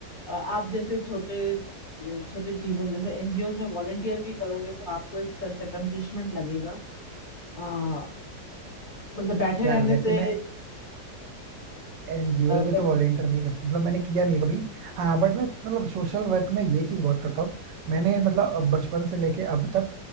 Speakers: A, on the left; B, on the right.
A: अ, आप जैसे छोटे अ, छोटे चीजों में जैसे एनजीओ में वॉलेंटियर भी करोगे तो आपको एक सेल्फ अकम्प्लिशमेंट लगेगा अ, मतलब बैठे
B: यार
A: रहने
B: वैसे
A: से
B: मैं एनजीओ
A: अ,
B: में
A: बट
B: तो वॉलेंटियर नहीं करता मतलब मैंने किया नहीं है कभी हाँ बट मैं मतलब सोशल वर्क में ये चीज बहुत करता हूँ मैंने मतलब अब बचपन से लेके अब तक